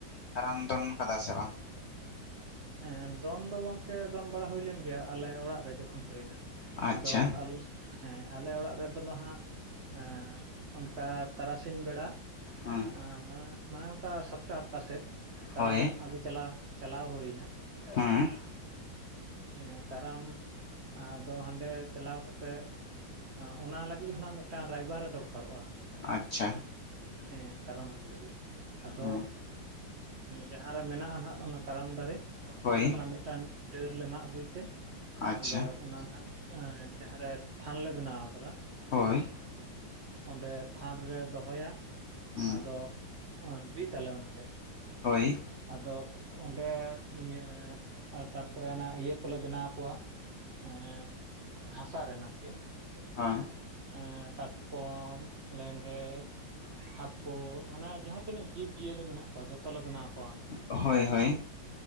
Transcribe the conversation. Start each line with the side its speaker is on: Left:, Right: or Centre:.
Left: ᱠᱟᱨᱟᱢ ᱫᱚᱱ ᱟᱠᱟᱫᱟ ᱥᱮ ᱵᱟᱝ?
Right: ᱦᱮᱸ ᱫᱚᱱ ᱫᱚ ᱜᱚᱝᱠᱮ ᱫᱚᱱ ᱵᱟᱲᱟ ᱦᱩᱭ ᱞᱮᱱ ᱜᱮᱭᱟ, ᱟᱞᱮ ᱚᱲᱟᱜ ᱨᱮ ᱡᱚᱠᱷᱚᱱ ᱦᱩᱭᱱᱟ᱾
Left: ᱟᱪᱪᱷᱟ
Right: ᱟᱫᱚ ᱟᱞ ᱦᱮᱸ ᱟᱞᱮ ᱚᱲᱟᱜ ᱨᱮᱫᱚ ᱱᱟᱦᱟᱜ ᱮᱻ ᱚᱱᱠᱟ ᱛᱟᱨᱟᱥᱤᱸᱧ ᱵᱮᱲᱟ
Left: ᱦᱮᱸ
Right: ᱟᱻ ᱢᱟᱱᱮ ᱢᱟᱱᱮ ᱚᱱᱠᱟ ᱥᱟᱛᱴᱟ ᱟᱴᱴᱟ ᱥᱮᱫ
Left: ᱦᱳᱭ
Right: ᱠᱟᱨᱟᱢ ᱟᱹᱜᱩ ᱪᱟᱞᱟ ᱪᱟᱞᱟᱣ ᱦᱩᱭᱱᱟ
Left: ᱦᱮᱸ
Right: ᱦᱮᱸ ᱠᱟᱨᱟᱢ ᱟᱫᱚ ᱦᱟᱸᱰᱮ ᱪᱟᱞᱟᱣ ᱠᱟᱛᱮ, ᱟᱸ ᱚᱱᱟ ᱞᱟᱹᱜᱤ ᱦᱚᱱᱟᱜ ᱢᱤᱫᱴᱟᱝ ᱨᱟᱭᱵᱟᱨᱮ ᱫᱚᱨᱠᱟᱨᱚᱜᱼᱟ᱾
Left: ᱟᱪᱪᱷᱟ᱾
Right: ᱦᱮᱸ ᱠᱟᱨᱟᱢ ᱟᱹᱜᱩᱭ ᱞᱟᱹᱜᱤᱫ ᱟᱫᱚ
Left: ᱦᱮᱸ
Right: ᱡᱟᱦᱟᱸ ᱨᱮ ᱢᱮᱱᱟᱜᱼᱟ ᱱᱟᱦᱟᱸᱜ ᱚᱱᱟ ᱠᱟᱨᱟᱢ ᱫᱟᱨᱮ,
Left: ᱦᱳᱭ
Right: ᱚᱸᱰᱮ ᱠᱷᱚᱱᱟᱜ ᱢᱤᱫᱴᱟᱱ ᱰᱟᱹᱨ ᱞᱮ ᱢᱟᱜᱽ ᱟᱹᱜᱩᱭ ᱛᱮ
Left: ᱟᱪᱪᱷᱟ
Right: ᱟᱫᱚ ᱚᱱᱟ ᱱᱟᱸᱜ ᱡᱟᱦᱟᱸᱨᱮ ᱛᱷᱟᱱ ᱞᱮ ᱵᱮᱱᱟᱣ ᱟᱠᱟᱫᱟ
Left: ᱦᱳᱭ᱾
Right: ᱚᱸᱰᱮ ᱛᱷᱟᱱ ᱨᱮᱞᱮ ᱫᱚᱦᱚᱭᱟ
Left: ᱦᱮᱸ
Right: ᱟᱫᱚ ᱵᱤᱫᱽ ᱟᱞᱮ ᱚᱱᱟᱜᱮ᱾
Left: ᱦᱳᱭ᱾
Right: ᱟᱫᱚ ᱚᱸᱰᱮ ᱤᱭᱟᱹ ᱛᱟᱨ ᱤᱭᱟᱹ ᱠᱚᱞᱮ ᱵᱮᱱᱟᱣ ᱠᱚᱣᱟ ᱮᱻ ᱦᱟᱥᱟ ᱨᱮᱱ ᱟᱨᱠᱤ᱾
Left: ᱦᱚᱭ
Right: ᱮᱻ ᱠᱟᱴᱠᱚᱢ, ᱞᱮᱸᱰᱮᱫ, ᱦᱟᱠᱳ ᱢᱟᱱᱮ ᱡᱟᱦᱟᱸ ᱛᱤᱱᱟᱹᱜ ᱡᱤᱵᱽᱡᱤᱭᱟᱹᱞᱤ ᱢᱮᱱᱟᱜ ᱠᱚᱣᱟ ᱡᱷᱚᱛᱚ ᱞᱮ ᱵᱮᱱᱟᱣ ᱠᱚᱣᱟ ᱚᱸᱰᱮ᱾
Left: ᱦᱚᱭ ᱦᱚᱭ